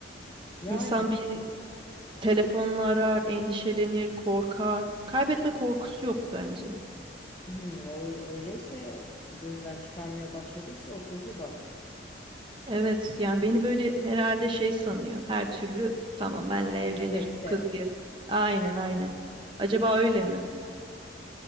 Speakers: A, on the left; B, on the right.
A: Yani
B: İnsan bir telefonla arar, endişelenir, korkar. Kaybetme korkusu yok bence.
A: hmm, o- öyleyse gözden çıkarmaya başladıysa o kötü bak.
B: Evet yani beni
A: Y-
B: böyle herhalde şey sanıyor. Her türlü tamam benle evlenir
A: Cepte.
B: bu kız diye. Aynen aynen. Acaba öyle mi?